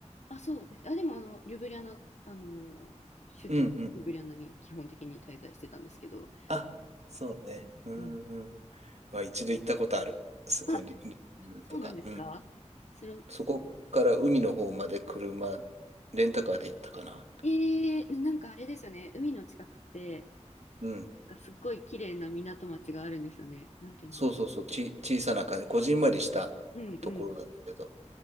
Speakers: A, on the left (about 70°); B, on the right (about 65°).
A: あ、そうです。あ、でもあの、リュブリャナ、あの、首都のリュブリャナに基本的に滞在してたんですけど、
B: うんうん。あ、そうね。
A: うんうん。
B: うんうん。まあ、一度行ったことある。すリリベルとか。
A: あ、そうなんですかそれを、
B: うん。そこから海の方まで車、レンタカーで行ったかな。
A: えー、ななんかあれですよね、海の近くって、
B: うん。
A: なんかすっごい綺麗な港町があるんですよね。なんていう名前。
B: そうそうそう。ち、小さな感じ。こじんまりしたところだったけど。
A: うんうん